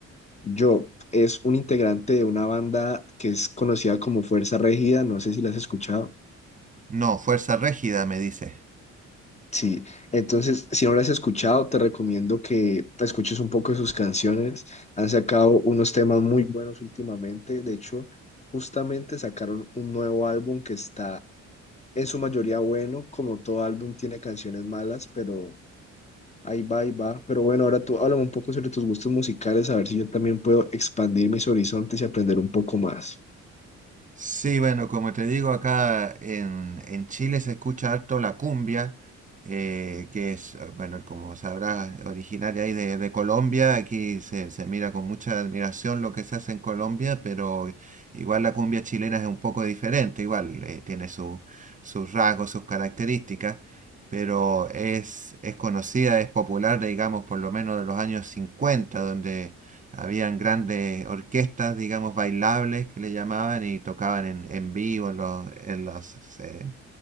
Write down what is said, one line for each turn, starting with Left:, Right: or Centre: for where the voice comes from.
Left: Job. Es un integrante de una banda que es conocida como Fuerza Regida. No sé si la has escuchado.
Right: No, Fuerza Régida me dice.
Left: Sí, entonces si no las has escuchado, te recomiendo que escuches un poco de sus canciones. Han sacado unos temas muy buenos últimamente. De hecho, justamente sacaron un nuevo álbum que está en su mayoría bueno, como todo álbum tiene canciones malas, pero ahí va, ahí va. Pero bueno, ahora tú háblame un poco sobre tus gustos musicales, a ver si yo también puedo expandir mis horizontes y aprender un poco más.
Right: Sí, bueno, como te digo, acá en, en Chile se escucha harto la cumbia, eh, que es, eh, bueno, como sabrás, originaria ahí de, de Colombia. Aquí se, se mira con mucha admiración lo que se hace en Colombia, pero igual la cumbia chilena es un poco diferente, igual eh, tiene su- sus rasgos, sus características, pero es, es conocida, es popular, digamos, por lo menos de los años 50, donde habían grandes orquestas, digamos, bailables que le llamaban y tocaban en, en vivo en los, en los, eh,